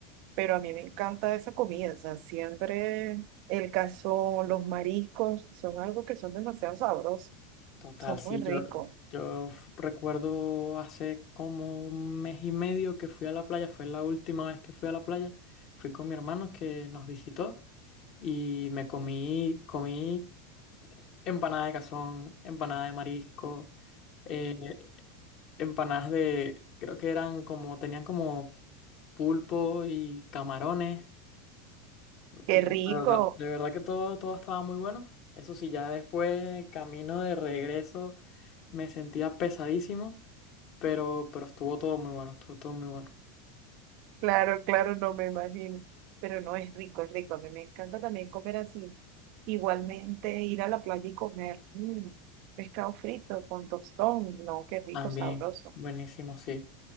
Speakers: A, on the right; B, on the left.
A: Pero a mí me encanta esa comida, o sea, siempre el cazón, los mariscos, son algo que son demasiado sabrosos,
B: total,
A: son
B: sí,
A: muy ricos.
B: yo, yo f- recuerdo hace como un mes y medio que fui a la playa, fue la última vez que fui a la playa, fui con mi hermano que nos visitó y me comí, comí. empanada de cazón, empanada de marisco, eh, empanadas de, creo que eran como, tenían como pulpo y camarones. De
A: ¡Qué rico!
B: verdad, de verdad que todo, todo estaba muy bueno. Eso sí, ya después, el camino de regreso, me sentía pesadísimo, pero, pero estuvo todo muy bueno, estuvo todo muy bueno.
A: Claro, claro, no me imagino, pero no es rico, es rico. A mí me encanta también comer así. Igualmente ir a la playa y comer mm, pescado frito con tostón, no, qué rico,
B: También,
A: sabroso.
B: buenísimo, sí.